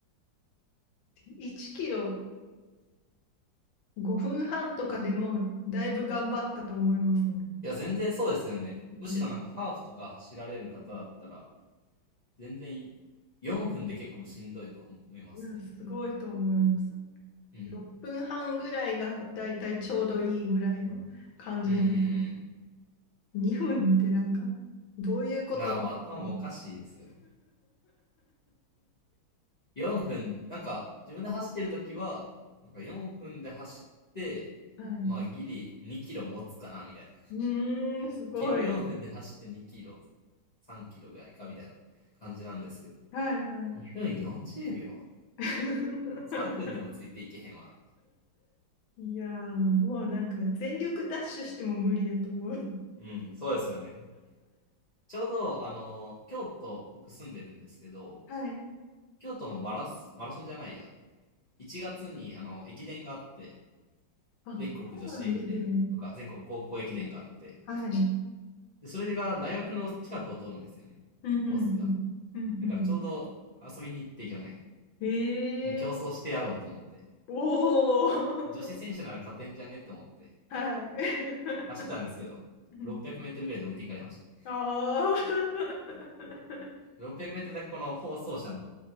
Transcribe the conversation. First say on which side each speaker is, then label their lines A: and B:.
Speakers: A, on the left (about 85°); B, on the left (about 45°).
A: 1キロ5分半とかでもだいぶ頑張ったと思いますもん。
B: や、全然そうですよね。むしろなんかハーフとか走られる方だったら、
A: うん、
B: 全然4分で結構しんどいと思いますもんね。
A: いや、すごいと思います。
B: うん。
A: 6分半ぐらいがだいたいちょうどいいぐらいの感じなんで、
B: うんうんうん。
A: 2分ってなんか、どういうこと
B: なあ、もう頭おかしいですよ。
A: <laughs>
B: 4分、なんか自分で走ってるときは、なんか4分で走って、
A: はい。
B: まあギリ2キロ持つかなみたいな。
A: うーん、すごい。
B: キロ4分で走って2キロ、3キロぐらいかみたいな感じなんですけど、
A: はいはい。
B: 2分40秒
A: <laughs>
B: ?3 分でもついていけへんわ、みたいな。
A: いやー、もうなんか全力ダッシュしても無理やと思う。
B: うん、そうですよね。ちょうど、あの、京都、僕住んでるんですけど、
A: はい。
B: 京都もマラス、マラソンじゃないや。1月に、あの、駅伝があって、
A: あ、
B: 全国女子駅伝とか、
A: そうなんですね。
B: 全国高校駅伝があって、
A: はい。
B: で、それが大学の近くを通るんですよね、
A: うんうんうん。
B: コースが。
A: うんうん
B: だからちょうど遊びに行って去年、
A: ええ
B: 競争してやろうと思って、
A: おおー
B: で女子選手なら勝てんじゃねと思って、
A: <laughs> はい。
B: 走ったんですけど、
A: <laughs> うん
B: 600メートルぐらいで置いていかれました、ね。
A: あー
B: 600メートルだけこの放送車の